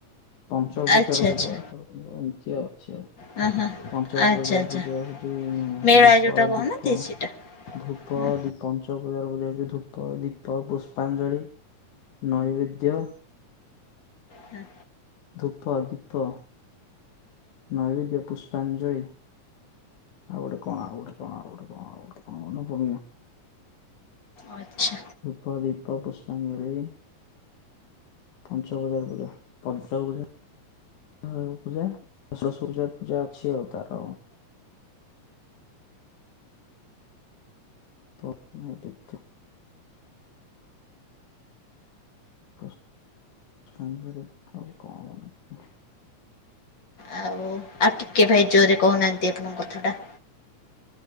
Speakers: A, on the left; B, on the left.
A: ପଞ୍ଚ ଉପଚାର
B: ଆଚ୍ଛା ଆଚ୍ଛା
A: ପୂଜା ଷୋଡ଼ ଉପଚାର ଏମିତି ଅଛି ଆଉ
B: ହଁ ହଁ
A: ପଞ୍ଚ
B: ଆଚ୍ଛା
A: ପୂଜା
B: ଆଚ୍ଛା
A: ପୂଜା ହଉଛି
B: ମେଳା
A: ଧୂପ
B: ଯୋଉଟା କହୁନାହାନ୍ତି
A: ଦୀପ
B: ସେଇଟା
A: ଧୂପ,
B: ହୁଁ
A: ଦୀପ ପଞ୍ଚପୂଜାର ଧୂପ, ଦୀପ ପୁଷ୍ପାଞ୍ଜଳି ନୈବେଦ୍ୟ
B: ହୁଁ।
A: ଧୂପ, ଦୀପ, ନୈବେଦ୍ୟ, ପୁଷ୍ପାଞ୍ଜଳି ଆଉ ଗୋଟେ କଣ ଆଉ ଗୋଟେ କଣ ଆଉ ଗୋଟେ କଣ ଆଉ ଗୋଟେ କଣ ମନେ ପଡୁନି?
B: ଆଛା।
A: ଧୁପ ଦୀପ ପୁଷ୍ପାଞ୍ଜଳି ପଞ୍ଚବଜାର ବୁଲିବା ପଞ୍ଚ ବଜା ଆଉ ପୂଜା ସରସ୍ ପୂଜା ପୂଜା ଅଛିି ଆଉ ତାର। <unintelligible> ତ <unintelligible> ପ୍ର କାହ୍ନୁରେ ଆଉ କଣ ମନ?
B: ଆଉ ଆଉ ଟିକେ ଭାଇ ଜୋରେ କହୁନାହାନ୍ତି ଆପଣ କଥା ଟା।